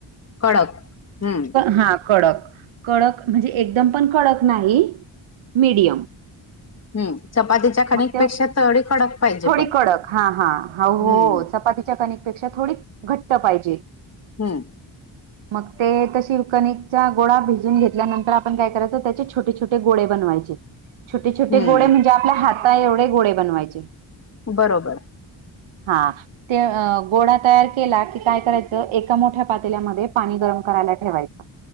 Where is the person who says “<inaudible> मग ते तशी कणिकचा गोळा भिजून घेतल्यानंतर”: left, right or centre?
Right